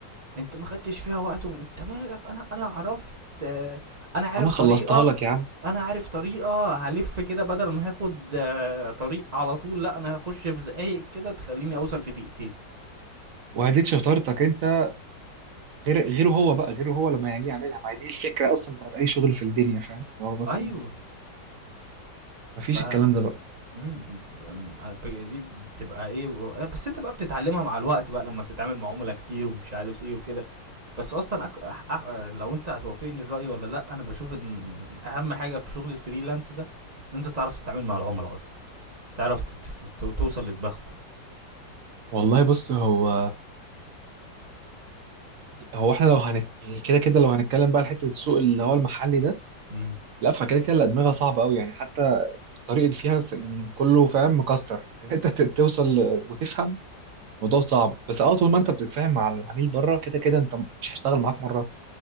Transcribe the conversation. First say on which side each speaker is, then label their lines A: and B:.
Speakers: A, on the right; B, on the right.
A: انت ما خدتش فيها وقت ومن... انت مالك انا انا عرفت آه، انا عارف
B: انا خلصتها
A: طريقه
B: لك يا عم
A: انا عارف طريقه هلف كده بدل ما هاخد آه، طريق على طول لا انا هخش في زقايق كده تخليني اوصل في دقيقتين
B: وهديت شطارتك انت غير غيره هو بقى غيره هو لما يجي يعملها ما هي دي الفكره اصلا بتاعت اي شغل في الدنيا فاهم هو بس
A: ايوه
B: إن- مفيش
A: ف
B: الكلام ده بقى
A: إمم، ب آمم، أ ب دي بتبقى إيه و آه، بس أنت بقى بتتعلّمها مع الوقت بقى لمّا بتتعامل مع عُملا كتير ومش عارف إيه وكده، بس أصلًا أك أح أح لو أنت هتوافقني الرأي والّا لأ، أنا باشوف إن أهَم حاجة في شغل الfreelance ده، إن أنت تعرف تتعامل مع العُملا أصلًا، تعرف ت تف ت توصل لدماغهم،
B: والله بص هو هو احنا لو هنت يعني كده كده لو هنتكلم بقى على حته السوق اللي هو المحلي ده
A: إمم،
B: لا فكده كده الادمغه صعبه قوي يعني حتى الطريق اللي فيها س- يعني كله فاهم مكسر <laughs> ان انت ت- توصل ل- وتفهم الموضوع صعب بس اه طول ما انت بتتفاهم مع العميل بره كده كده انت مش هيشتغل معاك مره